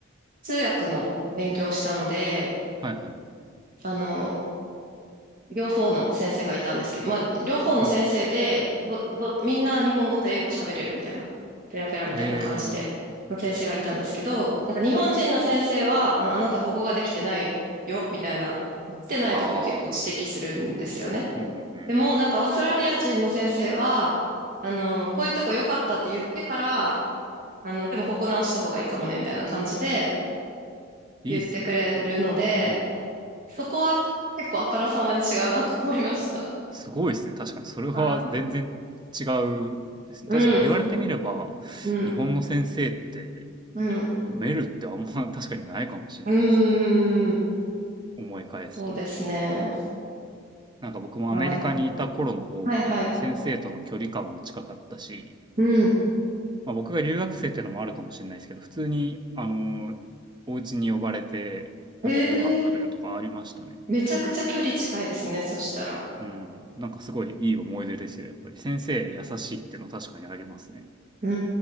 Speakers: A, on the right; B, on the right.
A: 通訳の勉強をしたので、
B: はいはい。
A: あの、両方の先生がいたんですけど、まあ、両方の先生で、
B: うんうん
A: ど、ど、みんな日本語と英語喋れるみたいな、ペラペラみたいな感じで、
B: うん。えー。
A: の先生がいたんですけど、なんか日本人の先生は、ああなたここができてないよ、みたいな、できてないとこを結構指摘するんですよね。
B: ああ。うんうんうん。
A: でも、なんかオーストラリア人の先生は、あの、こういうとこ良かったって言ってから、あの、でもここ直した方がいいかもね、みたいな感じで
B: いいっすね。
A: 言ってくれるので、
B: うんうん。
A: そこは結構あからさまに違うなと思いました。
B: すごいですね。確かに。それは全然違うですね。
A: はい。うん、
B: 確かに言われてみれば、
A: うん、
B: 日本の先生って
A: うん、
B: 褒めるってあんま <laughs> 確かにないかもしれないですね。
A: うーん、
B: 思い返すと。
A: そうですね。
B: なんか僕もアメリカにいた頃の方が先生との距離感も近かったし、
A: はい。はい、はい。うん。
B: まあ、僕が留学生ってのもあるかもしれないですけど、普通に、あの、お家に呼ばれて、なんかご飯食べるとかありましたね。
A: ええめちゃくちゃ距離近いですね、そしたら。
B: うん。なんかすごいいい思い出ですよ、やっぱり。先生優しいってのは確かにありますね。
A: うー